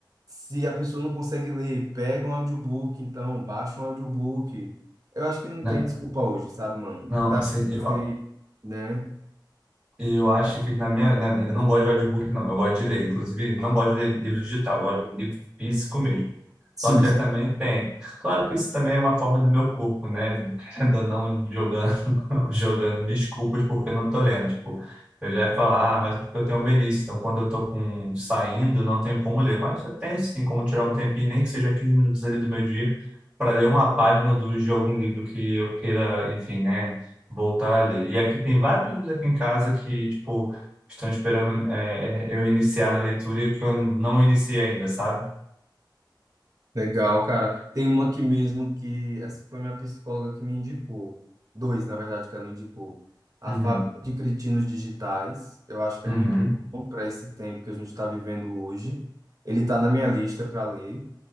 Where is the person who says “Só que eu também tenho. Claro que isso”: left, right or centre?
Right